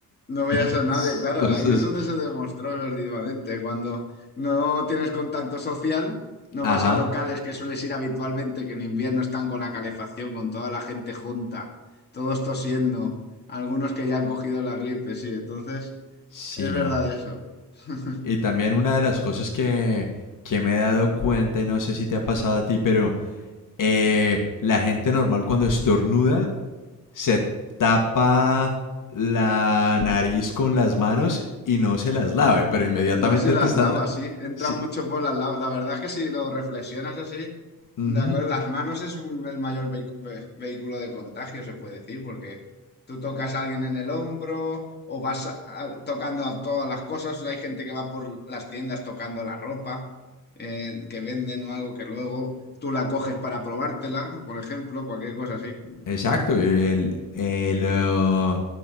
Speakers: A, on the left (about 30°); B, on the left (about 65°).
A: No veías
B: <laughs>
A: a nadie, claro,
B: Entonces,
A: ahí es donde se demostró efectivamente. Cuando no tienes contacto social, no
B: ajá,
A: vas a locales que sueles ir habitualmente, que en invierno están con la calefacción, con toda la gente junta, todos tosiendo, algunos que ya han cogido la gripe, sí, entonces
B: sí,
A: es
B: no.
A: verdad eso. <laughs>
B: Y también una de las cosas que, que me he dado cuenta, y no sé si te ha pasado a ti, pero eh, la gente normal cuando estornuda se tapa la nariz con las manos y no se las lave, pero inmediatamente
A: No sé si las
B: te están...
A: lavas,
B: da-
A: sí. Entra
B: Sí,
A: mucho por las lavas. La verdad es que si lo reflexionas así,
B: Ujú,
A: de acuerdo, las manos es un- el mayor vehi- ve- vehículo de contagio, se puede decir, porque tú tocas a alguien en el hombro o vas a- a- tocando a todas las cosas. Hay gente que va por las tiendas tocando la ropa eh, que venden o algo que luego tú la coges para probártela, por ejemplo, cualquier cosa así.
B: Exacto, el, el, uh,